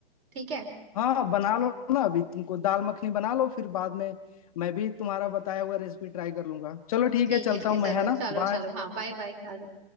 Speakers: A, on the right; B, on the left.
A: ठीक है
B: हाँ बना लो ना अभी तुमको दाल मखनी बना लो फिर बाद में मैं भी तुम्हारा बताया हुआ रेसिपी ट्राई कर लूंगा चलो ठीक
A: ठीक
B: है चलता
A: है ठीक है
B: हूँ मैं
A: जरूर
B: है ना
A: चलो
B: बाय
A: चलो हाँ बाय बाय ख्याल रखो